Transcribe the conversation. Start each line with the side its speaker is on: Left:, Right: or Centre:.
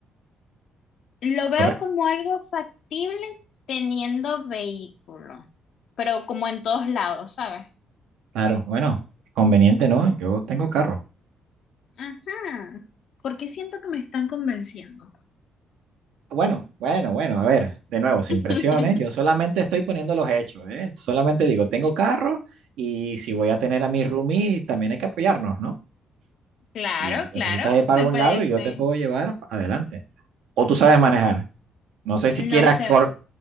Left: Lo veo
Right: Correcto.
Left: como algo factible teniendo vehículo, pero como en todos lados, ¿sabes?
Right: Claro, bueno, conveniente, ¿no? Yo tengo carro.
Left: Ajá. Porque siento que me están convenciendo.
Right: Bueno, bueno, bueno, a ver, de nuevo, sin
Left: <laughs>
Right: presiones, yo solamente estoy poniendo los hechos, ¿eh? Solamente digo, tengo carro y si voy a tener a mi roomie, también hay que apoyarnos, ¿no?
Left: Claro,
Right: Si necesitas
Left: claro,
Right: ir para
Left: me
Right: algún
Left: parece.
Right: lado, yo te puedo llevar adelante. O tú sabes manejar, No sé si quieras
Left: No sé,
Right: cor-